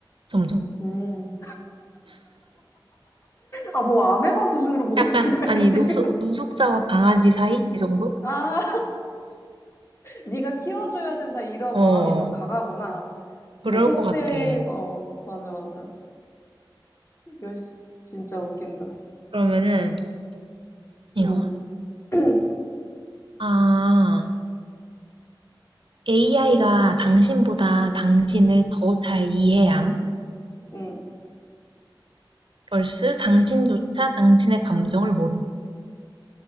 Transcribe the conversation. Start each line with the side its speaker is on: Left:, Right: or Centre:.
Right: 점점.
Left: 음. 아, 뭐 아메바 수준으로 보고
Right: 약간,
Left: 있는 거야,
Right: 아니,
Left: 지금?
Right: 노숙,
Left: <laughs>
Right: 노숙자와 강아지 사이? 이 정도?
Left: 아, 네가 키워줘야 된다 이런
Right: 어,
Left: 마음이 더 강하구나.
Right: 그럴
Left: 그래, 속세,
Right: 것 같아.
Left: 어, 맞아, 맞아. 요, 진짜 웃긴다.
Right: 그러면은 이거
Left: 응, <clears throat>
Right: 아 AI가 당신보다
Left: 응,
Right: 당신을 더 잘 이해함
Left: 응.
Right: 벌스 당신조차 당신의 감정을 모름